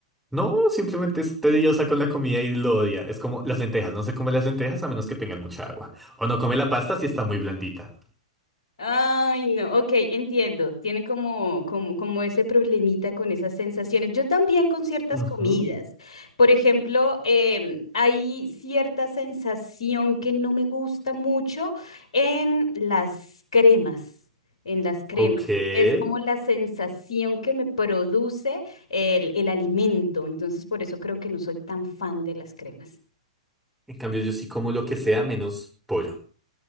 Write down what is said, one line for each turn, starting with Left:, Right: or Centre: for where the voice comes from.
Centre: No, simplemente es tediosa con la comida y lo odia. Es como las lentejas, no se come las lentejas a menos que tengan mucha agua. O no come la pasta si está muy blandita.
Left: Ay, no, ok, entiendo. Tiene como, como, como ese problemita con esas sensaciones. Yo también con ciertas
Centre: Ujú.
Left: comidas. Por ejemplo, em, hay cierta sensación que no me gusta mucho en las cremas, en las cremas.
Centre: Ok. En
Left: Es como la sensación que me produce el, el alimento. Entonces, por eso creo que no soy tan fan de las cremas.
Centre: cambio, yo sí como lo que sea menos pollo.